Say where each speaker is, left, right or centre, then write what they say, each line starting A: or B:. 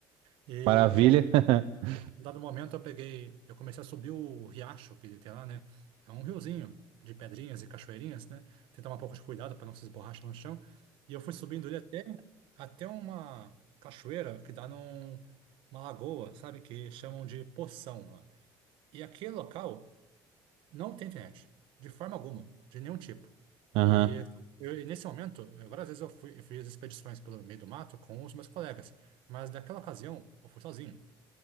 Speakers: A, on the right; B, on the right.
A: E,
B: Maravilha.
A: dado,
B: <laughs>
A: dado momento, eu peguei, eu comecei a subir o riacho que tem lá, né? É um riozinho de pedrinhas e cachoeirinhas, né? Tem que tomar um pouco de cuidado para não se esborrachar no chão. E eu fui subindo ele até, até uma cachoeira que dá numa lagoa, sabe? Que chamam de Poção lá. E aquele local. Não tem internet, de forma alguma, de nenhum tipo.
B: Aham.
A: E eu- e nesse momento, eh, várias vezes eu fui, eu fiz expedições pelo meio do mato com os meus colegas, mas naquela ocasião eu fui sozinho.